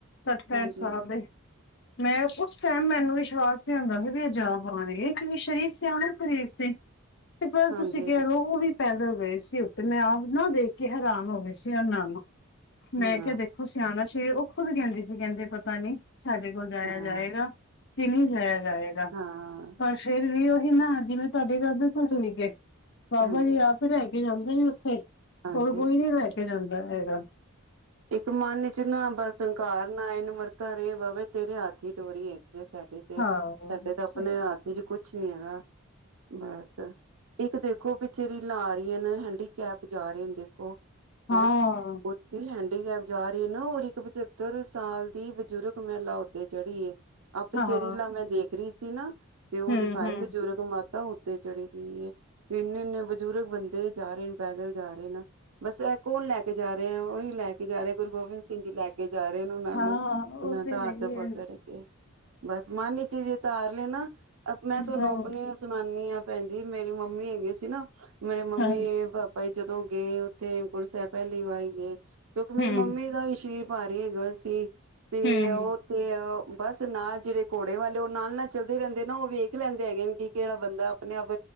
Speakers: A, on the left; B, on the right.
A: ਸੱਠ ਪੈਂਹਠ
B: ਹਾਂਜੀ
A: ਸਾਲ ਦੇ ਮੈਂ ਉਸ ਟਾਈਮ ਮੈਨੂੰ ਵਿਸ਼ਵਾਸ ਨਹੀਂ ਹੁੰਦਾ ਸੀ ਕਿ ਐ ਜਾ ਪਾਣਗੇ ਕਿਉਂਕਿ ਸਰੀਰ ਸਿਆਣੇ ਸੀ। ਤੇ ਪਰ
B: ਹਾਂਜੀ
A: ਤੁਸੀਂ ਕਹਿ ਲਓ ਉਹ ਵੀ ਪੈਦਲ ਗਏ ਸੀ ਉਤੇ ਮੈਂ ਆਪ ਨਾ ਦੇਖ ਕੇ ਹੈਰਾਨ ਹੋ ਗਈ ਸੀ ਉਹ ਨਾਮ ਮੈਂ
B: ਹਾਂ
A: ਕਿਹਾ ਦੇਖੋ ਸਿਆਣਾ ਸ਼ਰੀਰ ਉਹ ਖੁਦ ਕਹਿੰਦੀ ਸੀ ਕਹਿੰਦੇ ਪਤਾ ਨੀ ਸਾਡੇ ਬਲਾਇਆ
B: ਹਾਂ
A: ਜਾਏਗਾ ਕਿ ਨਹੀਂ ਜਾਇਆ ਜਾਏਗਾ
B: ਹਾਂ,
A: ਪਰ ਫਿਰ ਵੀ ਉਹ ਨਾ ਜਿਵੇਂ ਤੁਹਾਡੀ ਗੱਲ ਤਾ ਬਿਲਕੁਲ ਠੀਕ ਐ। ਬਾਬਾ
B: ਹਾਂਜੀ।
A: ਜੀ ਆਪ ਹੀ ਲੇਕੇ ਜਾਂਦੇ ਨੀ ਉੱਥੇ
B: ਹਾਂਜੀ,
A: ਹੋਰ ਕੋਈ ਨਹੀਂ ਲੈ ਕੇ ਜਾਂਦਾ ਹੈਗਾ।
B: ਇੱਕ ਮਨ ਚ ਨਾ ਬਸ ਹੰਕਾਰ ਨਾ ਆਏ ਨਿਮਰਤਾ ਰੇ ਬਾਬੇ ਤੇਰੇ ਹਾਥੀ ਡੋਰੀਏ। ਸਾਡੇ ਤੇ
A: ਹਾਂ
B: ਸਾਡੇ ਤਾਂ ਆਪਣੇ
A: ਸਹੀ
B: ਹੱਥ ਚ ਕੁਛ ਕੁਛ ਨੀ ਹੈਗਾ ਬਸ ਇੱਕ ਦੇਖੋ ਪਿੱਛੇ ਰੀਲਾਂ ਆ ਰਹੀਆਂ ਨੇ ਹੈਂਡੀਕੈਪ ਜਾ ਰਹੇ ਨੇ ਦੇਖੋ।
A: ਹਾਂ
B: ਹੈ ਉੱਥੇ ਹੈ। ੜੀ ਜਾ ਰਹੀ ਨਾ ਰ ਇੱਕ ਪਚੱਤਰ ਸਾਲ ਦੀ ਬਜ਼ੁਰਗ ਮਹਿਲਾ ਉੱਥ ਚੜ੍ਹੀ ਐ ਆਪੇ
A: ਹਾਂ
B: ਰੀਲਾ ਮੈਂ ਦੇਖ ਤ੍ਰੀ ਸੀ ਨਾ, ਤੇ ਉਹ
A: ਹੂੰ
B: ਦਿਖਾਏ
A: ਹੂੰ
B: ਬਜ਼ੁਰਗ ਮਾਤਾ ਉਤੇ ਚੜੀ ਪਈਏ ਵੀ ਇੰਨੇ ਇੰਨੇ ਬਜ਼ੁਰਗ ਬੰਦੇ ਜਾ ਰਹੇ ਨੇ ਪੈਦਲ ਜਾ ਰਹੇ ਨੇ ਬਸ ਇਹ ਕੌਣ ਲੈ ਕੇ ਜਾ ਰਹੇ ਆ ਉਹੀ ਲੈ ਕੇ ਜਾ ਰਹੇ ਗੁਰੂ ਗੋਬਿੰਦ ਸਿੰਘ ਜੀ ਲੈ ਕੇ ਜਾ ਰਹੇ ਨੇ ਉਹਨਾਂ
A: ਹਾਂ
B: ਨੂੰ
A: ਉਹ
B: ਉਹਨਾਂ
A: ਤੇ
B: ਦਾ
A: ਹੈਗੀ
B: ਹੱਥ ਪਕੜ
A: ਹੈ
B: ਕੇ ਬਸ ਮਾਨ ਚ ਜੇ ਧਾਰਲੇ ਨਾ ਮੈਂ ਤੁਹਾਨੂੰ
A: ਹਾਂ
B: ਆਪਣੇ ਸੁਣਾਨਣੀ ਹਾਂ। ਭੈਣਜੀ ਮੇਰੀ ਮੰਮੀ ਹੈਗੀ ਸੀ ਨਾ, ਮਰੇ ਮੰਮੀ
A: ਹਾਂ
B: ਪਾਪਾ ਜਦੋਂ ਗਏ ਉੱਥੇ ਹੇਮਕੁੰਟ ਸਾਹਿਬ ਪਹਿਲੀ ਵਾਰੀ ਗਏ। ਕਿਉਂਕਿ
A: ਹੂੰ
B: ਮੇਰੀ ਮੰਮੀ ਦਾ ਵੀਸ਼ੀ, ਭਾਰੀ ਹੈਗਾ ਸੀ। ਤੇ
A: ਹੂੰ
B: ਉਹ ਤੇ ਬਸ ਨਾਲ ਜਿਹੜੇ ਘੋੜੇ ਵਾਲੇ ਉਹ ਨਾਲ ਨਾਲ ਚੱਲਦੇ ਰਹਿੰਦੇ ਨਾ ਉਹ ਵੇਖ ਲੈਂਦੇ ਹੈਗੇ ਨੇ ਕਿ ਕਿਹੜਾ ਬੰਦਾ ਆਪਣੇ ਆਪ